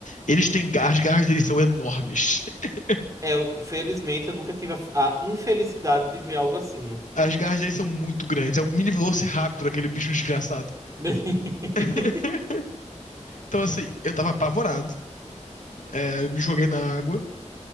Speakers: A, on the left; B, on the right.
A: Eles têm garras, as garras deles são enormes. <laughs>
B: É, eu- felizmente eu nunca tive a, a infelicidade de ver algo assim.
A: As garras deles são muito grandes. É um mini Velociraptor, aquele bicho desgraçado.
B: <laughs>
A: <laughs> Então, assim, eu tava apavorado. é, eu me joguei na água.